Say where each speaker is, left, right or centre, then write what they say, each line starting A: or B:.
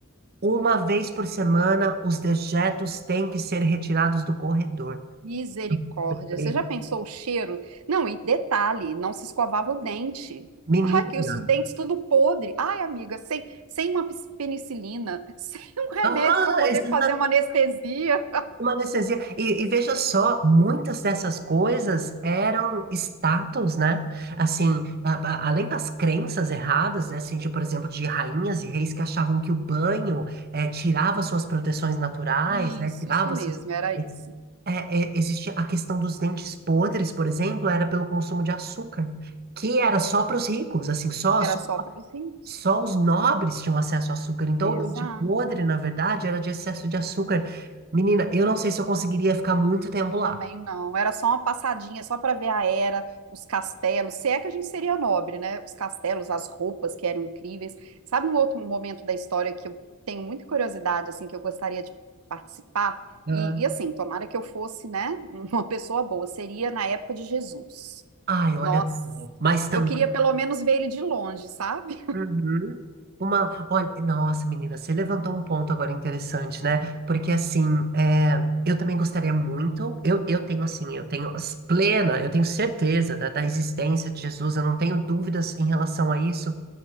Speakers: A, on the right; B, on the right.
A: uma vez por semana os dejetos têm que ser retirados do corredor.
B: Misericórdia.
A: Eu falei,
B: Você já pensou o cheiro? Não, e detalhe, não se escovava o dente.
A: menina,
B: Ai, que os os dentes tudo podre. Ai, amiga, sem, sem uma pis- penicilina, <laughs> sem um remédio
A: ah,
B: para poder
A: exatamente.
B: fazer uma anestesia.
A: Uma anestesia. E, e veja só, muitas dessas coisas eram status, né? Assim, a- a- além das crenças erradas, né? Assim, de, por exemplo, de rainhas e reis que achavam que o banho eh, tirava suas proteções naturais,
B: Isso,
A: né? Tirava
B: isso mesmo,
A: suas...
B: era isso.
A: é, é, existe a questão dos dentes podres, por exemplo, era pelo consumo de açúcar, que era só para os ricos, assim, só,
B: Era só para os ricos.
A: só os nobres tinham acesso a açúcar. Então,
B: Exato.
A: o dente podre, na verdade, era de excesso de açúcar. Menina, eu não sei se eu conseguiria ficar muito tempo lá.
B: Também não. Era só uma passadinha, só para ver a era, os castelos. Se é que a gente seria nobre, né? Os castelos, as roupas que eram incríveis. Sabe um outro momento da história que eu tenho muita curiosidade, assim, que eu gostaria de participar?
A: Ah.
B: E, e assim, tomara que eu fosse, né, <laughs> uma pessoa boa. Seria na época de Jesus.
A: Ai, olha.
B: Nossa,
A: Mas também.
B: eu queria pelo menos ver ele de longe, sabe?
A: Uhum. Uma. Olha, nossa, menina, você levantou um ponto agora interessante, né? Porque, assim, é, eu também gostaria muito. Eu, eu tenho, assim, eu tenho as- plena, eu tenho certeza da, da existência de Jesus, eu não tenho dúvidas em relação a isso.